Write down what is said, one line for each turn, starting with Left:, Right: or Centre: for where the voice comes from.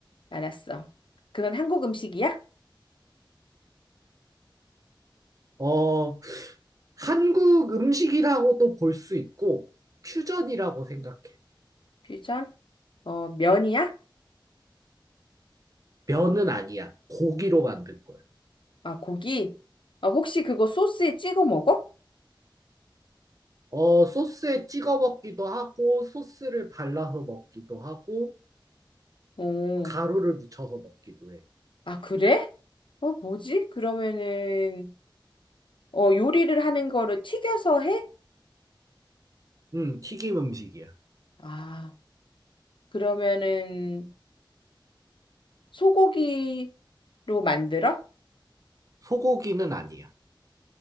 Left: 알았어. 그건 한국 음식이야?
Right: 어, 한국 음식이라고도 볼 수 있고, 퓨전이라고 생각해.
Left: 퓨전? 어, 면이야?
Right: 면은 아니야. 고기로 만든 거야.
Left: 아, 고기? 어, 혹시 그거 소스에 찍어 먹어?
Right: 어, 소스에 찍어 먹기도 하고, 소스를 발라서 먹기도 하고,
Left: 음,
Right: 가루를 묻혀서 먹기도 해.
Left: 아, 그래? 어, 뭐지? 그러면은, 어, 요리를 하는 거를 튀겨서 해?
Right: 음, 튀김 음식이야.
Left: 아, 그러면은, 소고기로 만들어?
Right: 소고기는 아니야.